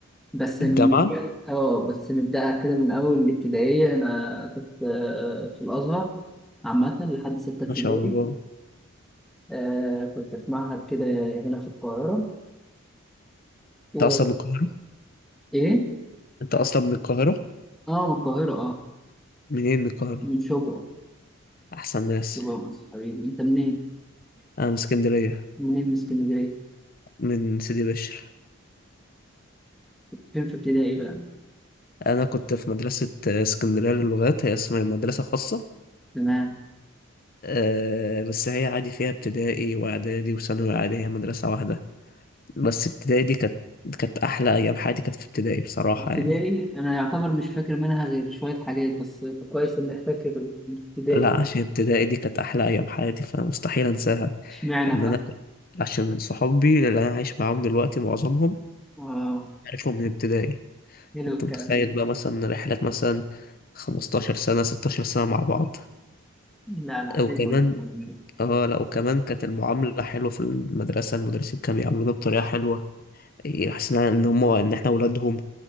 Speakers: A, in the centre; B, on the left.
A: بس
B: الجامعة
A: ن- اه بس نبداها كده من اول الابتدائيه انا كنت آه، في الازهر عامه لحد سته ابتدائي
B: ما شاء الله
A: آه، كنت في معهد كده هنا في القاهره و...
B: أنت أصلا من القاهرة
A: ايه
B: أنت أصلا من القاهرة
A: اه من القاهره اه
B: منين من القاهرة
A: من شبرا
B: أحسن ناس
A: شبرا مصر حبيبي انت منين
B: أنا من اسكندرية
A: منين من اسكندريه
B: من سيدي بشر
A: فين في ابتدائي بقى
B: أنا كنت في مدرسة آه، اسكندرية للغات هي اسمها مدرسة خاصة
A: تمام
B: آه بس هي عادي فيها ابتدائي واعدادي وثانوي عادي هي مدرسة واحدة بس ابتدائي دي كانت كانت احلى ايام حياتي كانت في ابتدائي بصراحة
A: ابتدائي
B: يعني
A: انا يعتبر مش فاكر منها غير شويه حاجات بس كويس انك فاكر ابتدائي
B: لا عشان ابتدائي دي كانت احلى ايام حياتي فمستحيل انساها
A: اشمعنى
B: ان
A: بقى
B: انا عشان صحابي اللي انا عايش معاهم دلوقتي معظمهم
A: اه
B: عارفهم من ابتدائي
A: حلو
B: كنت
A: الكلام
B: متخيل
A: ده
B: بقى مثلا رحلة مثلا 15 سنة 16 سنة مع بعض
A: لا لا
B: وكمان
A: حلو الكلام ده
B: اه لا وكمان كانت المعاملة حلوة في المدرسة المدرسين كانوا بيعاملونا بطريقة حلوة حسينا ان هم ان احنا ولادهم